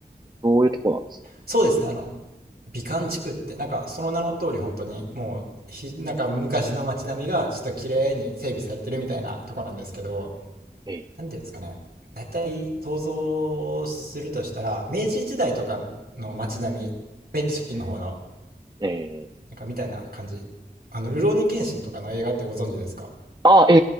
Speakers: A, on the right; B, on the right.
A: どういうところなんですか
B: そうですね。あの、美観地区って、なんかその名の通り本当にもうひ、なんか昔の街並みがちょっと綺麗に整備されてるみたいなとこなんですけど、
A: ええ
B: なんていうんですかね。大体想像するとしたら、明治時代とかの街並み、明治初期の方の、
A: うんええ
B: なんかみたいな感じ。あの、ルローニケンシンとかの映画ってご存知ですか
A: あ、え